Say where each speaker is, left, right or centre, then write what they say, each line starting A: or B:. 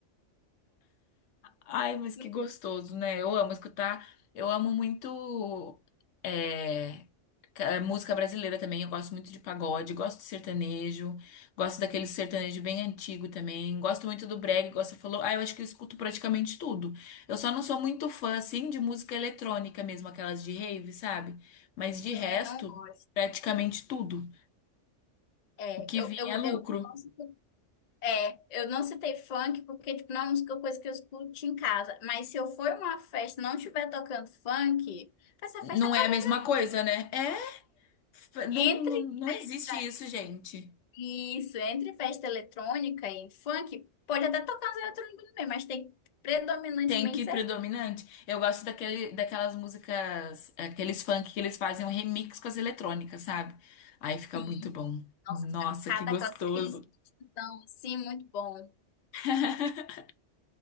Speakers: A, on the left; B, on the left.
A: Ai,
B: é
A: mas que
B: essa?
A: gostoso, né? Eu amo escutar. Eu amo muito é, ca- eh, música brasileira também. Eu gosto muito de pagode, gosto de sertanejo, gosto daquele sertanejo bem antigo também. Gosto muito do brega, gosto, falou. Ah, eu acho que eu escuto praticamente tudo. Eu só não sou muito fã, assim, de música eletrônica mesmo, aquelas de rave, sabe? Mas de
B: Também
A: resto,
B: não gosto.
A: praticamente tudo.
B: É,
A: O que vinha
B: eu, eu,
A: é lucro.
B: eu, não citei- é, eu não citei funk porque, tipo, não é uma música, coisa que eu escuto em casa. Mas se eu for em uma festa e não estiver tocando funk, essa
A: Não
B: festa acabou
A: é a mesma
B: pra mim.
A: coisa, né? É, f- não,
B: Entre
A: não, não
B: festa,
A: existe isso, gente.
B: isso, entre festa eletrônica e funk, pode até tocar os eletrônicos também, mas tem predominantemente
A: Tem que ir
B: ser
A: predominante.
B: funk.
A: Eu gosto daquele, daquelas músicas, aqueles funk que eles fazem um remix com as eletrônicas, sabe? Aí fica
B: Sim,
A: muito bom.
B: Nossa,
A: Nossa,
B: fica cada
A: que gostoso.
B: aquela, aqueles beatzão, assim, muito bom.
A: <laughs>